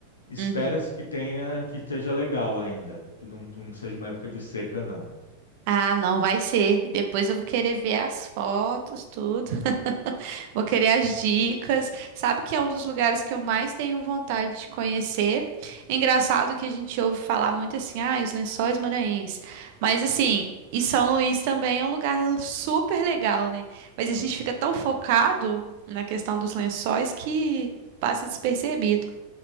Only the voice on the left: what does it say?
Espera-se
que tenha, que esteja legal ainda, que não, não seja uma época de seca, não.